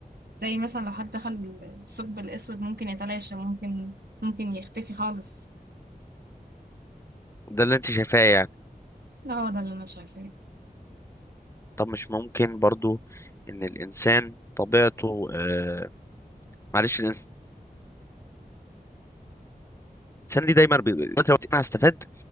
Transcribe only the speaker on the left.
ده اللي انت شايفاه يعني
طب مش ممكن برضو ان الانسان طبيعته آه... معلش الانسان الانسان ليه دايما بي- دلوقتي لو انا هستفاد